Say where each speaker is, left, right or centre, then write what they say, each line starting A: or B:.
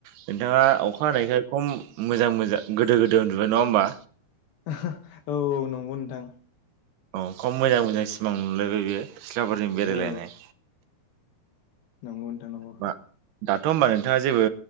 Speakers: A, on the right; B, on the left.
A: नोंथाङा अखा हानायखाय खम मोजां मोजां गोदो गोदो उन्दुबाय नङा होमबा?
B: <unintelligible> औ औ नंगौ नोंथां।
A: औ खम मोजां मोजां सिमां नुलायबाय बेयो सिख्लाफोरजों बेरायलायनाय।
B: औ नंगौ नोंथां नंगौ।
A: बा दाथ' होमबा नोंथाङा जेबो